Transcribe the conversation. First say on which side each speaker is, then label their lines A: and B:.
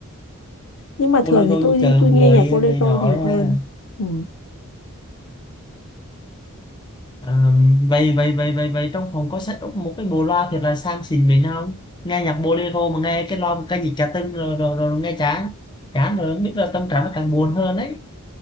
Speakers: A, on the left; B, on the left.
A: Nhưng mà
B: bolero
A: thường thì tôi
B: như chờ
A: tôi nghe
B: người
A: nhạc bolero
B: này nói
A: nhiều
B: ha
A: hơn. Ừ.
B: à, vậy vậy vậy vậy vậy trong phòng có set up một cái bộ loa thiệt là sang xịn mình không nghe nhạc bolero mà nghe cái loa một cái gì cả tưng rồi, rồi rồi nghe chán chán rồi không biết là tâm trạng nó càng buồn hơn đấy